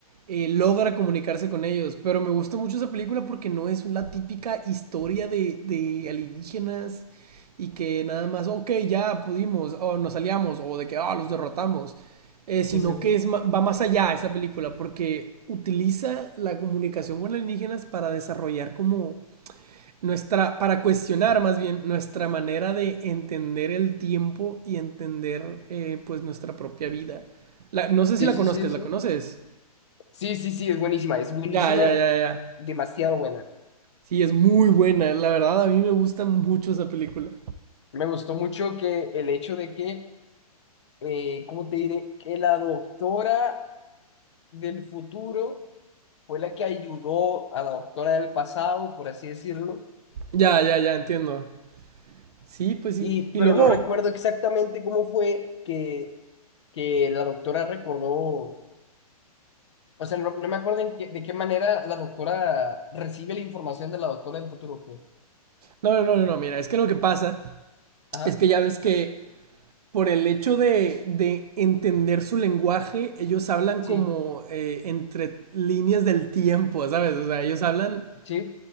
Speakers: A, on the right (about 80°); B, on the left (about 45°).
A: eh, logra comunicarse con ellos. Pero me gusta mucho esa película porque no es la típica historia de, de alienígenas y que nada más, ok, ya pudimos, o nos aliamos, o de que, ah, oh, los derrotamos. Eh, sino
B: Sí, sí, sí.
A: que es ma- va más allá esa película porque utiliza la comunicación con alienígenas para desarrollar como nuestra, para cuestionar más bien nuestra manera de entender el tiempo y entender eh, pues nuestra propia vida. La, no sé si
B: Sí,
A: la
B: sí,
A: conozcas,
B: sí, sí.
A: ¿la conoces?
B: Sí, sí, sí, es buenísima. Es buenísima,
A: Ya, ya, ya, ya.
B: demasiado buena.
A: Sí, es muy buena, la verdad a mí me gusta mucho esa película.
B: Me gustó mucho que el hecho de que, eh, ¿cómo te diré? Que la doctora del futuro fue la que ayudó a la doctora del pasado, por así decirlo.
A: Ya, ya, ya, entiendo. Sí, pues sí.
B: Y,
A: Y
B: pero
A: luego,
B: no recuerdo exactamente cómo fue que, que la doctora recordó. O sea, no, no me acuerdo en qué- de qué manera la doctora recibe la información de la doctora del futuro, pues.
A: no, no, no, no, no, mira, es que lo que pasa
B: Ajá,
A: es que ya ves que por el hecho de, de entender su lenguaje, ellos hablan
B: sí,
A: como eh, entre líneas del tiempo, ¿sabes? O sea, ellos hablan
B: sí,